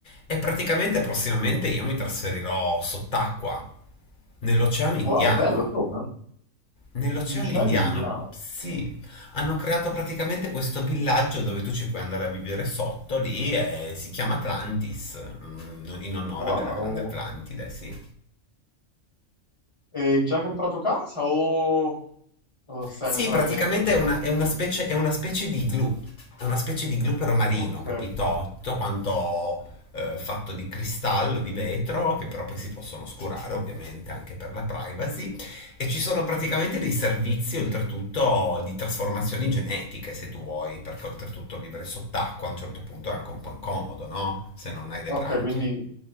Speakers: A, on the left; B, on the left.
A: E praticamente prossimamente io mi trasferirò sott'acqua, nell'Oceano Indiano.
B: Wow, bello, Roma.
A: Nell'Oceano
B: In cielo
A: Indiano,
B: indiano.
A: sì, hanno creato praticamente questo villaggio dove tu ci puoi andare a vivere sotto lì e si chiama Atlantis, mm, in onore
B: Wow.
A: della grande Atlantide, sì.
B: E già hai comprato casa o o stai
A: Sì,
B: ancora
A: praticamente
B: vedendo bene
A: è una,
B: affitto?
A: è una specie, è una specie di glue. È una specie di glue però marino,
B: Ok.
A: capito? Tutto quanto eh, fatto di cristallo, di vetro, che però poi si possono oscurare ovviamente anche per la privacy. E ci sono praticamente dei servizi oltretutto di trasformazioni genetiche, se tu vuoi, perché oltretutto vivere sott'acqua a un certo punto è anche un po' incomodo, no? Se non hai le
B: Ok,
A: branchie.
B: quindi